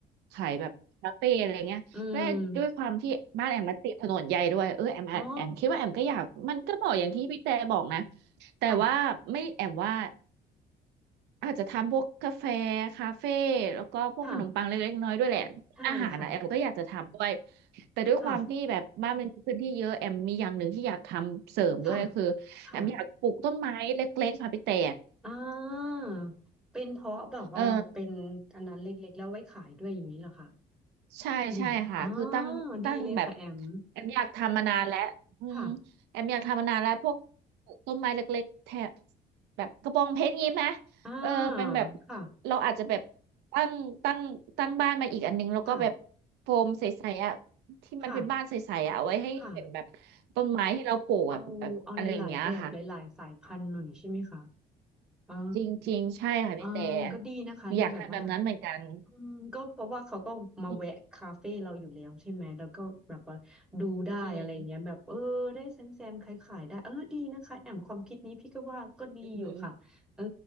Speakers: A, on the right; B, in the centre.
A: ขายแบบคาเฟ่อะไรเงี้ยและด้วยความที่บ้านแอมมันติดถนนใหญ่ด้วยเออแอมอาแอมคิดว่าแอมก็อยากมันก็เหมาะอย่างที่พี่แต่บอกนะ
B: อืมอ๋อ
A: แต่ว่าไม่แอมว่า
B: ค่ะ
A: อาจจะทำพวกกาแฟคาเฟ่แล้วก็พวกขนมปังเล็กๆน้อยๆด้วยแหละอาหารนะแอมก็อยากจะทำด้วย
B: ค่ะใช่ค่ะ
A: แต่ด้วยความที่แบบบ้านมันมีพื้นที่เยอะแอมมีอย่างหนึ่งที่อยากทำเสริมด้วยก็คือแอมอยากปลูกต้นไม้เล็กๆค่ะพี่แต่
B: ค่ะ ค่ะค่ะอ่าเป็นเพราะแบบว่าเป็นอันนั้นเล็กๆแล้วไว้ขายด้วยอย่างนี้เหรอคะ
A: เออ ใช่ใช่ค่ะคือตั้งตั้งแบบ
B: หรืออ่าดีเลยค่ะแอม
A: แอมอยากทำมานานแล้วอืม
B: ค่ะ
A: แอมอยากทำมานานแล้วพวกต้นไม้เล็กๆแถบแบบกระบองเพชรงี้ไหม
B: อ่า
A: เออเป็นแบบ
B: ค่ะ
A: เราอาจจะแบบตั้งตั้งตั้งบ้านมาอีกอันนึงแล้วก็แบบโฟมใสๆอ่ะ
B: ค่ะ
A: ที่มันเป็นบ้านใสๆอ่ะเอาไว้ให้เป็นแบบต้นไม้ที่เราปลูกอะแบบแบบอะไรอย่างเงี้ยค่ะ
B: ค่ะค่ะเอาเอาหลายๆแบบหลายๆสายพันธุ์หน่อยใช่ไหมคะอ่า
A: จริงๆใช่ค่ะพี่แต่
B: เออก็ดีนะคะเนี่ยแบบว่า
A: อยากทำแบบนั้นเหมือนกัน
B: อืมก็เพราะว่าเขาก็มาแวะคาเฟ่เราอยู่แล้วใช่ไหมแล้วก็แบบว่าดูได้อะไรเงี้ยแบบเออได้แซมแซมขายขายได้เออดีนะคะแอมความคิดนี้พี่ก็ว่าก็ดีอยู่ค่ะเออ
A: อืมอืมอืม